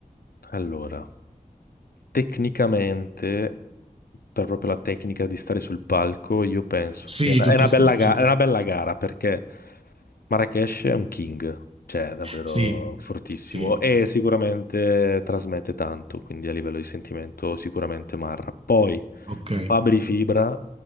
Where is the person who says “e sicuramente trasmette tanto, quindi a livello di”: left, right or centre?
Left